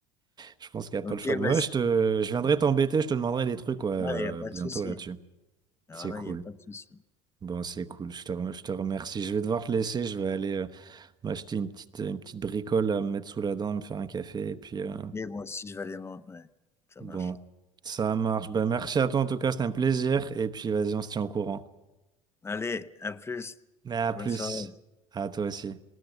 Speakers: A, on the right (about 30°); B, on the left (about 20°).
A: Je pense qu'il n'y a
B: OK,
A: pas
B: bah,
A: le choix.
B: c
A: Mais
B: ouais,
A: ouais,
B: c'est-
A: je te, je viendrai t'embêter, je te demanderai des trucs, ouais, euh,
B: Ah, il y a pas
A: bientôt
B: de souci.
A: là-dessus.
B: Alors
A: C'est
B: là,
A: cool.
B: il y a pas de souci.
A: Bon, c'est cool. Je te, rem- je te remercie. Je vais devoir te laisser. Je vais aller euh, m'acheter une petite, une petite bricole à me mettre sous la dent, me faire un café, et puis, euh,
B: Ok, moi aussi, je vais aller manger. Ouais, ça
A: Bon,
B: marche.
A: ça marche. Ben, merci à toi en tout cas, c'était un plaisir. Et puis vas-y, on se tient au courant.
B: Allez, à plus.
A: Mais à plus.
B: Bonne soirée.
A: À toi aussi.